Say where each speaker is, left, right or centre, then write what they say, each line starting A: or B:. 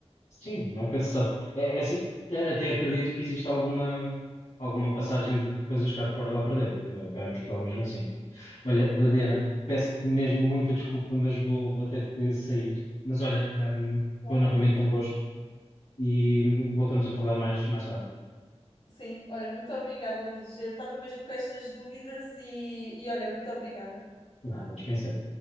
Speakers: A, on the left (about 85°); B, on the left (about 65°).
A: Sim, nunca se sabe. É, é assim, eh, até acredito que exista alguma, alguma passagem de, de coisas cá de fora lá para dentro, eh, cá em Portugal mesmo assim. Olha, Liliana, peço-te mesmo muita desculpa, mas vou, vou ter que sair. Mas olha, hum,
B: Claro,
A: foi novamente
B: Luís.
A: um gosto e voltamos a falar mais, mais tarde.
B: Sim, olha, muito obrigada, Luís. Eu estava mesmo com estas dúvidas e, e olha, muito obrigada.
A: Nada, dispensemos.